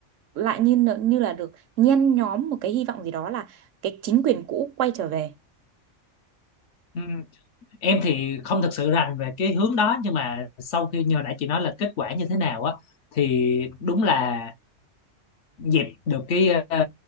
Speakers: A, on the right; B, on the left.
A: lại như nợ- như là được nhen nhóm một cái hy vọng gì đó là cái chính quyền cũ quay trở về
B: Ừ. Em thì không thực sự rành về cái hướng đó nhưng mà sau khi như hồi nãy chị nói là kết quả như thế nào á thì đúng là dẹp được cái ờ,